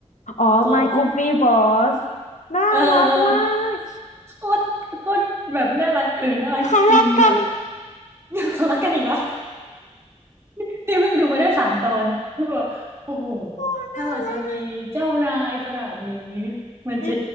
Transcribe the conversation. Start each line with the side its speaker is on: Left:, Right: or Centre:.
Left: <laughs> อ๋อ
Right: โกะ
Left: My Goofy Boss น่ารักมาก
Right: เออเออ โคตรโคตรแบบน่ารักเออน่ารักจริงแบบ
Left: เขารักกัน
Right: <laughs> เขารักกันอีกแล้ว <laughs> นี่เพิ่งดูไปได้สามตอนคือแบบโอ้โห
Left: โอ้น่ารักเลย
Right: ถ้าเราจะมีเจ้านายขนาดนี้ มันจะ
Left: พี่